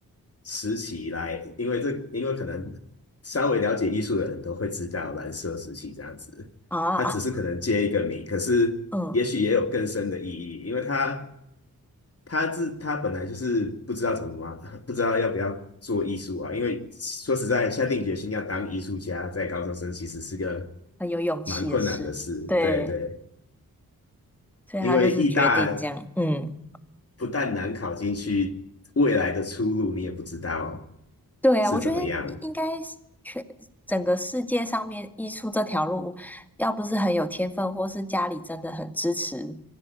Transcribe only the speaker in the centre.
啊啊，
嗯，
很有勇气的事，
对，
所以他就是决定这样，
嗯，
对啊，
我觉得应该是全整个世界上面艺术这条路，要不是很有天分，或是家里真的很支持。